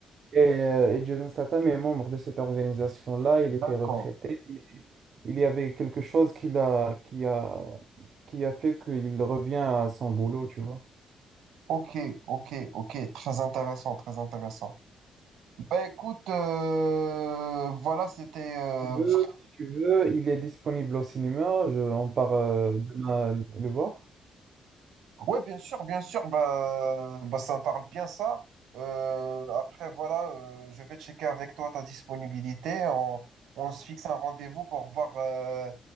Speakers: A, on the right (about 60°); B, on the right (about 75°).
A: Et, euh, et Jason Statham est membre de cette organisation-là. Il était
B: d'accord.
A: retraité. mais Il y avait quelque chose qui l'a, qui a, qui a fait qu'il revient à son boulot, tu vois.
B: Ok, ok, ok. Très intéressant, très intéressant. Bah écoute, euh, voilà, c'était euh,
A: Tu veux,
B: vraiment
A: si tu veux, il est disponible au cinéma. Je, on part euh, demain le voir.
B: Oui, bien sûr, bien sûr, bah, bah, ça me parle bien ça. Euh, après, voilà, euh, je vais checker avec toi ta disponibilité. On, on se fixe un rendez-vous pour voir euh,